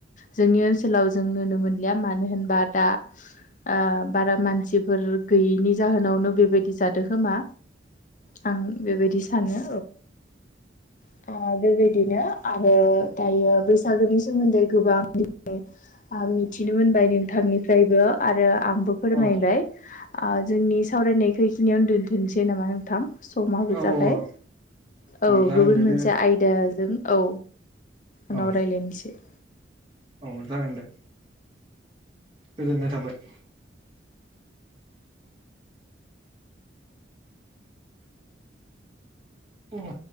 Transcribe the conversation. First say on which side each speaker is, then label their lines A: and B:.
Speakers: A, on the left; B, on the right.
A: जोंनि ओनसोलाव जों नुनो मोनलिया मानो होनबा दा आ बारा मानसिफोर गैयैनि जाहोनावनो बेबायदि जादों खोमा? आं बेबायदि सानो औ। बेबायदिनो आरो दायो बैसागोनि सोमोन्दै गोबां दि आं मिथिनो मोनबाय नोंथांनिफ्रायबो। आरो आंबो फोरमायबाय
B: औ औ
A: जोंनि सावरायनायखौ बेखिनियाव दोन्थ'सै नामा नोंथां। समाबो
B: औ
A: जाबाय औ
B: जागोन
A: गुबुन
B: दे
A: मोनसे
B: दे
A: आयद जों औ उनाव
B: औ
A: रायज्लायनोसै।
B: औ जागोन दे गोजोननाय थाबाय। अह।